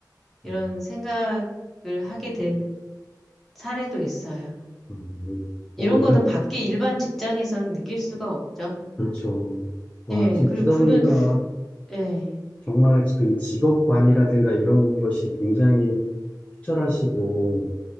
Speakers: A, in the centre; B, on the left.
A: 이런
B: 음.
A: 생각을 하게 된 사례도 있어요.
B: 음.
A: 이런
B: 어, 이건
A: 거는 밖에 일반 직장에서는 느낄 수가 없죠.
B: 그렇죠. 와,
A: 예,
B: 지금
A: 그리고
B: 듣다
A: 군은
B: 보니까
A: 예.
B: 정말 그 직업관이라든가 이런 것이 굉장히 투철하시고,